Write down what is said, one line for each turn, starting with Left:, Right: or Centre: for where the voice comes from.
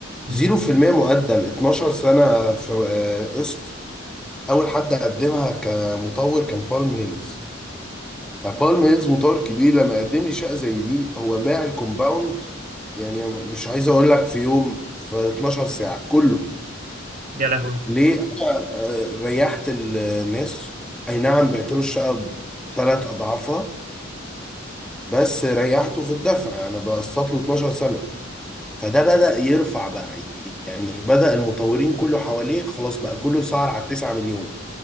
Right: امم
Centre: 0% مقدم 12 سنة في آه، قسط أول حد قدمها كمطور كان بالم هيلز فبالم هيلز مطور كبير لما قدم لي شقه زي دي هو باع الكومباوند يعني مش عايز اقول لك في يوم في 12 ساعه كله
Right: يا لهوي
Centre: ليه انا آه، ريحت الناس اي نعم بعت له الشقه بثلاث اضعافها بس ريحته في الدفع انا بقسط له 12 سنه فده بدأ يرفع بقى يعني بدأ المطورين كله حواليه خلاص بقى كله يسعر على 9 مليون